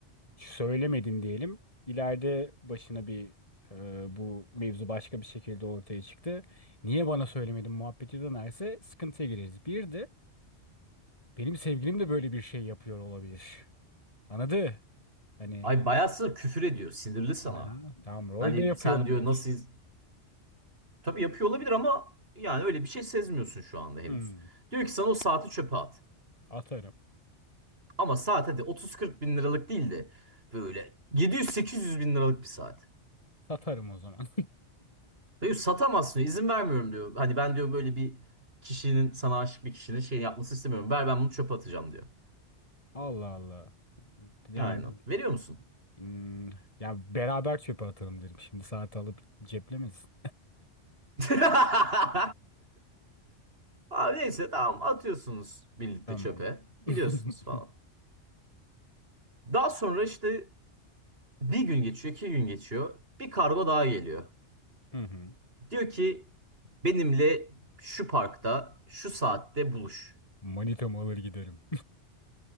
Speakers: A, on the left; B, on the right.
A: Söylemedin diyelim. İleride başına bir e, bu mevzu başka bir şekilde ortaya çıktı. Niye bana söylemedin muhabbeti dönerse sıkıntıya gireriz. Bir de benim sevgilim de böyle bir şey yapıyor olabilir. Anladı? Hani
B: Ay bayağı sana küfür ediyor. Sinirli sana.
A: aha, tamam rol
B: Hani
A: de yapıyor
B: sen
A: olabilir.
B: diyor nasıl... Tabii yapıyor olabilir ama yani öyle bir şey sezmiyorsun şu anda henüz.
A: Hı.
B: Diyor ki sana o saati çöpe at.
A: Atarım.
B: Ama saat hadi 30-40 bin liralık değil de böyle 700-800 bin liralık bir saat.
A: Satarım o zaman.
B: Diyor satamazsın diyor, izin vermiyorum diyor. Hani ben diyor böyle bir kişinin sana aşık bir kişinin şey yapmasını istemiyorum. Ver ben bunu çöpe atacağım diyor.
A: <laughs> Allah Allah. Yani
B: Aynen. Veriyor musun?
A: Hmm, ya beraber çöpe atalım derim. Şimdi saati alıp ceplemesin.
B: <laughs> Abi neyse tamam atıyorsunuz birlikte
A: Tamam.
B: çöpe. Gidiyorsunuz
A: <laughs>
B: falan. Daha sonra işte bir gün geçiyor, iki gün geçiyor. Bir kargo daha geliyor.
A: Hı hı.
B: Diyor ki benimle şu parkta şu saatte buluş.
A: Manitamı alır giderim.